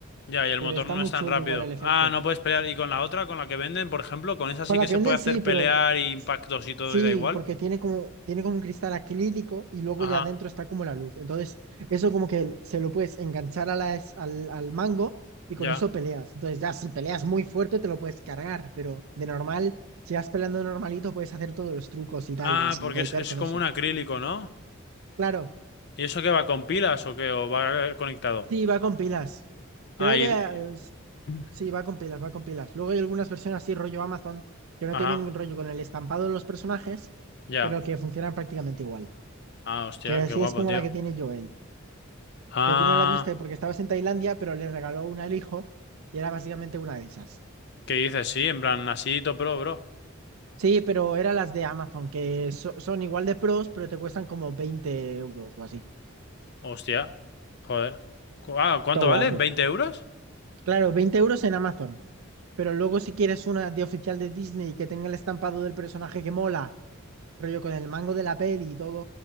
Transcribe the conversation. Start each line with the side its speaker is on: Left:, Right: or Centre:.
Left: Ya, y el
Right: Pero
Left: motor
Right: está
Left: no
Right: muy
Left: es tan
Right: chulo
Left: rápido.
Right: igual el efecto.
Left: Ah, no puedes pelear.
Right: Sí.
Left: ¿Y con la otra, con la que venden, por ejemplo? Con esa sí
Right: Con la
Left: que
Right: que
Left: se
Right: venden
Left: puede
Right: sí,
Left: hacer
Right: pero
Left: pelear y impactos y todo
Right: sí,
Left: y da igual.
Right: porque tiene como, tiene como un cristal acrílico y luego
Left: Ajá,
Right: ya adentro está como la luz. Entonces, eso como que se lo puedes enganchar a las- al, al mango y con
Left: ya.
Right: eso peleas. Entonces, ya si peleas muy fuerte te lo puedes cargar, pero de normal, si vas peleando normalito, puedes hacer todos los trucos y tal
Left: Ah,
Right: y, y
Left: porque
Right: golpear
Left: es, es
Right: con
Left: como
Right: eso.
Left: un acrílico, ¿no?
Right: Claro,
Left: ¿Y eso qué va con pilas o qué? ¿O va conectado?
Right: sí, va con pilas. Creo
Left: Ah,
Right: que
Left: y...
Right: eh,
Left: <clears throat>
Right: Sí, va con pilas, va con pilas. Luego hay algunas versiones así, rollo Amazon, que no
Left: Ajá,
Right: te vienen rollo con el estampado de los personajes,
Left: ya.
Right: pero que funcionan prácticamente igual.
Left: Ah, hostia,
Right: Que así
Left: qué guapo,
Right: es como
Left: tío.
Right: la que tiene Joel.
Left: Ah,
Right: Que tú no la viste porque estabas en Tailandia, pero le regaló una al hijo y era básicamente una de esas.
Left: ¿qué dices? Sí, en plan, así top pro, bro.
Right: Sí, pero eran las de Amazon, que so- son igual de pros, pero te cuestan como 20 euros o así.
Left: Hostia, joder. Cu- Ah, ¿cuánto
Right: Todo
Left: vale?
Right: guapo.
Left: veinte euros?
Right: Claro, 20 euros en Amazon. Pero luego si quieres una de oficial de Disney que tenga el estampado del personaje que mola, rollo con el mango de la peli y todo.